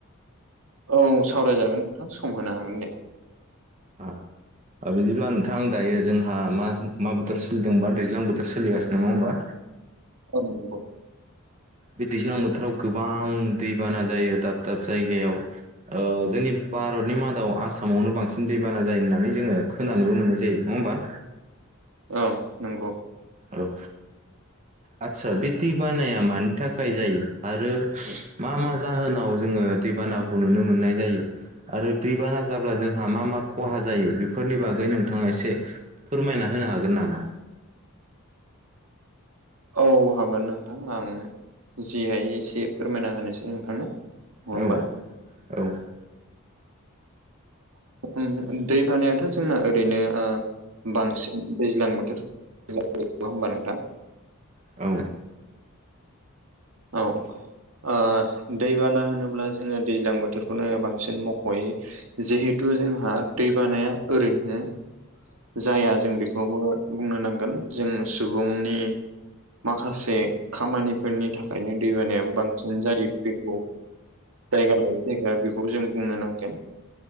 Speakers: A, on the right; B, on the right.
A: औ सावरायजागोन नोंथां सम होनो हागोन दे।
B: आह। बिदिब्ला नोंथां दायो जोंहा मा मा बोथोर सोलिदोंबा दैज्लां बोथोर सोलिगासिनो नङा होमबा?
A: औ नंगौ।
B: बे दैज्लां बोथोराव गोबां दैबाना जायो दाब दाब जायगायाव ओह जोंनि भारतनि मादाव आसामावनो बांसिन दैबाना जायो होननानै जोङो खोनानोबो मोननाय जायो नङा होमबा?
A: ओं नंगौ।
B: औ। आदसा बे दै बानाया मानि थाखाय जायो आरो मा मा जाहोनाव जोङो दै बाना खौ नुनो मोननाय जायो। आरो दैबाना जाब्ला जोंहा मा मा खहा जायो बेफोरनि बागै नोंथाङा एसे फोरमायना होनो हागोन नामा?
A: औ हागोन नोंथां आं जिहाय एसे फोरमायना होनोसै नोंथांनो। होमबा
B: औ औ।
A: उम दै बानायाथ' जोंना ओरैनो ओ बांसिन दैज्लां बोथोर <unintelligible> होमबा नोंथां?
B: औ।
A: औ। ओ दैबाना होनोब्ला जोङो दैज्लां बोथोरखौनो बांसिन मख'यो। जिहेथु जोंहा दै बानाया ओरैनो जाया जों बेखौबो बुंनो नांगोन जों सुबुंनि माखासे खामानिफोरनि थाखायनो दैबानायाबो बांसिन जायो बेखौ जायगा लायै जायगा बेखौ जों बुंनो नांगोन।